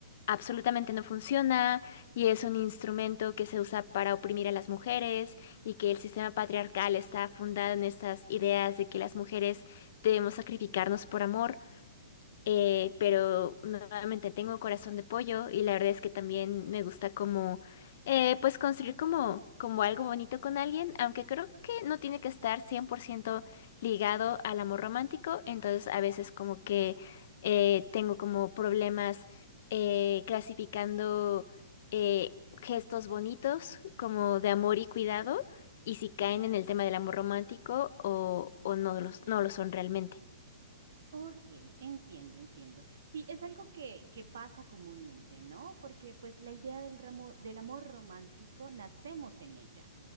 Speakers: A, on the left (about 55°); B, on the right (about 70°).
A: absolutamente no funciona y es un instrumento que se usa para oprimir a las mujeres y que el sistema patriarcal está fundado en estas ideas de que las mujeres debemos sacrificarnos por amor. Eh, pero nuevamente tengo corazón de pollo y la verdad es que también me gusta como, eh, pues construir como, como algo bonito con alguien, aunque creo que no tiene que estar 100% ligado al amor romántico, entonces a veces como que eh, tengo como problemas eh, clasificando eh, gestos bonitos como de amor y cuidado y si caen en el tema del amor romántico o, o no los, no lo son realmente.
B: Ok, entiendo, entiendo. Sí, es algo que, que pasa comúnmente, ¿no? Porque pues la idea del ramo- del amor romántico nacemos en ella.